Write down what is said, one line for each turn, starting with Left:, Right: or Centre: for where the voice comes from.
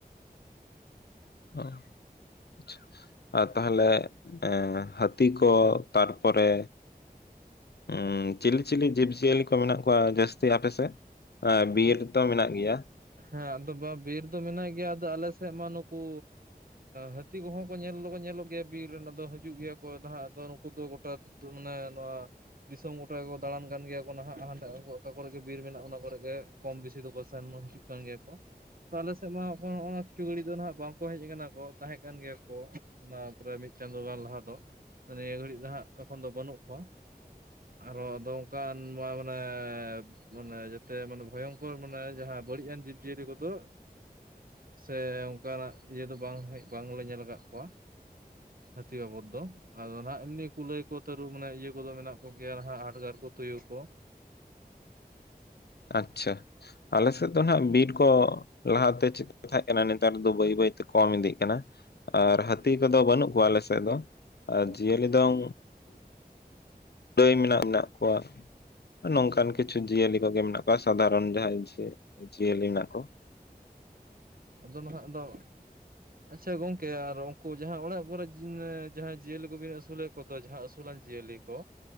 Left: ᱟᱦᱼᱪᱚᱦ ᱾ ᱪᱷᱚᱼᱪᱷᱚ, ᱟᱨ ᱛᱟᱦᱚᱞᱮ ᱮᱸ ᱦᱟᱹᱛᱤ ᱠᱚ ᱛᱟᱨᱯᱚᱨᱮ ᱩᱸ, ᱪᱤᱞᱤ ᱪᱤᱞᱤ ᱡᱤᱵᱽ ᱡᱤᱭᱟᱹᱞᱤ ᱠᱚ ᱢᱮᱱᱟᱜ ᱠᱚᱣᱟ ᱡᱟᱹᱥᱛᱤ ᱟᱯᱮᱥᱮᱫ? ᱮᱸ ᱵᱤᱨ
Right: ᱟᱞ
Left: ᱛᱚ ᱢᱮᱱᱟᱜ ᱜᱮᱭᱟ ᱾
Right: ᱦᱮᱸ, ᱟᱫᱚ ᱵᱟ ᱵᱤᱨ ᱫᱚ ᱢᱮᱱᱟᱜ ᱜᱮᱭᱟ ᱟᱫᱚ ᱟᱞᱮ ᱥᱮᱫ ᱢᱟ ᱱᱩᱠᱩ ᱦᱟᱹᱛᱤ ᱠᱚᱦᱚᱸ ᱠᱚ ᱧᱮᱞ ᱫᱚᱠᱚ ᱧᱮᱞᱚᱜ ᱜᱮᱭᱟ ᱵᱤᱨ ᱨᱮᱱ ᱟᱫᱚ ᱦᱤᱡᱩᱜ ᱜᱮᱭᱟ ᱠᱚ ᱱᱟᱦᱟᱸᱜ ᱟᱫᱚ ᱱᱩᱠᱩ ᱫᱚ ᱜᱚᱴᱟ ᱛᱩ ᱢᱟᱱᱮ ᱱᱚᱣᱟ ᱫᱤᱥᱚᱢ ᱜᱚᱴᱟ ᱜᱮᱠᱚ ᱫᱟᱬᱟᱱ ᱠᱟᱱ ᱜᱮᱭᱟ ᱠᱚ ᱱᱟᱦᱟᱜ ᱦᱟᱸᱰᱮ ᱚᱠᱟ ᱠᱚᱨᱮ ᱜᱮ ᱵᱤᱨ ᱢᱮᱱᱟᱜᱼᱟ ᱚᱱᱟ ᱠᱚᱨᱮ ᱜᱮ ᱾ ᱠᱚᱢ ᱵᱤᱥᱤ ᱫᱚ ᱠᱚ ᱥᱮᱱ ᱦᱤᱡᱩᱜ ᱠᱟᱱ ᱜᱮᱭᱟ ᱠᱚ ᱾ ᱛᱚ ᱟᱞᱮ ᱥᱮᱫ ᱢᱟ ᱦᱚᱜᱚᱸ-ᱦᱚᱜᱚᱸ ᱠᱤᱪᱩ ᱜᱷᱟᱹᱲᱤ ᱫᱚ ᱦᱟᱸᱜ ᱵᱟᱝᱠᱚ ᱦᱮᱡ ᱟᱠᱟᱱᱟ ᱠᱚ ᱛᱟᱦᱮᱸ ᱠᱟᱱ ᱜᱮᱭᱟ ᱠᱚ ᱾ ᱚᱱᱟ ᱯᱚᱨᱮ ᱢᱤᱫ ᱪᱟᱸᱫᱳ ᱜᱟᱱ ᱞᱟᱦᱟ ᱫᱚ ᱱᱤᱭᱟᱹ ᱜᱷᱟᱹᱲᱤᱡ ᱫᱚ ᱦᱟᱸᱜ ᱮᱠᱷᱚᱱ ᱫᱚ ᱵᱟᱹᱱᱩᱜ ᱠᱚᱣᱟ ᱾ ᱟᱨᱚ ᱟᱫᱚ ᱚᱱᱠᱟᱱ ᱱᱚᱣᱟ ᱢᱟᱱᱮ, ᱢᱟᱱᱮ ᱡᱮᱛᱮ ᱢᱟᱱᱮ ᱵᱷᱚᱭᱚᱝᱠᱚᱨ ᱢᱟᱱᱮ ᱡᱟᱦᱟᱸ ᱵᱟᱹᱲᱤᱡ ᱟᱱ ᱡᱤᱵᱽᱡᱤᱭᱟᱹᱞᱤ ᱠᱚᱫᱚ ᱥᱮ ᱚᱱᱠᱟᱱᱟᱜ ᱤᱭᱟᱹ ᱫᱚ ᱵᱟᱝ ᱦᱮᱡ ᱵᱟᱝᱞᱮ ᱧᱮᱞ ᱟᱠᱟᱜ ᱠᱚᱣᱟ, ᱾ ᱦᱟᱹᱛᱤ ᱚᱵᱚᱥ ᱫᱚ ᱟᱫᱚ ᱦᱟᱸᱜ ᱮᱢᱱᱤ ᱠᱩᱞᱟᱹᱭ ᱠᱚ ᱛᱟᱹᱨᱩᱵ ᱢᱟᱱᱮ ᱤᱭᱟᱹ ᱠᱚᱫᱚ ᱢᱮᱱᱟᱜ ᱠᱚᱜᱮᱭᱟ ᱱᱟᱜ ᱦᱟᱰᱜᱟᱨ ᱠᱚ ᱛᱩᱭᱩ ᱠᱚ ᱾
Left: ᱟᱪ-ᱪᱷᱟ ᱟᱞᱮᱥᱮᱫ ᱫᱚ ᱱᱟᱜ ᱵᱤᱨ ᱠᱚ ᱞᱟᱦᱟᱛᱮ ᱪᱮᱫ ᱛᱟᱦᱮᱸ ᱠᱟᱱᱟ ᱱᱮᱛᱟᱨ ᱫᱚ ᱵᱟᱹᱭ ᱵᱟᱹᱭᱛᱮ ᱠᱚᱢ ᱤᱫᱤᱜ ᱠᱟᱱᱟ ᱟᱨ ᱦᱟᱹᱛᱤ ᱠᱚᱫᱚ ᱵᱟᱹᱱᱩᱜ ᱠᱚᱣᱟ ᱟᱞᱮ ᱥᱮᱫ ᱫᱚ ᱾ ᱟᱨ
Right: ᱟᱪᱪᱷᱟ
Left: ᱡᱤᱭᱟᱹᱞᱤ
Right: ᱟᱪᱪᱷᱟ
Left: ᱫᱚᱝ ᱫᱟᱹᱭ ᱢᱮᱱᱟᱜ ᱢᱮᱱᱟᱜ ᱠᱚᱣᱟ ᱱᱚᱝᱠᱟᱱ
Right: ᱦᱳᱭ
Left: ᱠᱤᱪᱷᱩ ᱡᱤᱭᱟᱹᱞᱤ ᱠᱚᱜᱮ ᱢᱮᱱᱟᱜ ᱠᱚᱣᱟ ᱥᱟᱫᱷᱟᱨᱚᱱ ᱡᱟᱦᱟᱸᱭ ᱡᱮ ᱡᱤᱭᱟᱹᱞᱤ ᱢᱮᱱᱟᱜ
Right: ᱦᱳᱭ
Left: ᱠᱚ ᱾
Right: ᱟᱫᱚ ᱱᱟᱦᱟᱸᱜ ᱫᱚ ᱟᱪ-ᱪᱷᱟ ᱜᱚᱝᱠᱮ ᱟᱨ ᱩᱱᱠᱩ ᱡᱟᱦᱟᱸ ᱚᱲᱟᱜ ᱠᱚᱨᱮᱜ ᱡᱟᱦᱟᱸ ᱡᱤᱭᱟᱹᱞᱤ ᱠᱚᱵᱤᱱ ᱟᱹᱥᱩᱞᱮᱫ ᱠᱚᱫᱚ ᱡᱟᱦᱟᱸ ᱟᱹᱥᱩᱞᱟᱱ ᱡᱤᱭᱟᱹᱞᱤ ᱠᱚ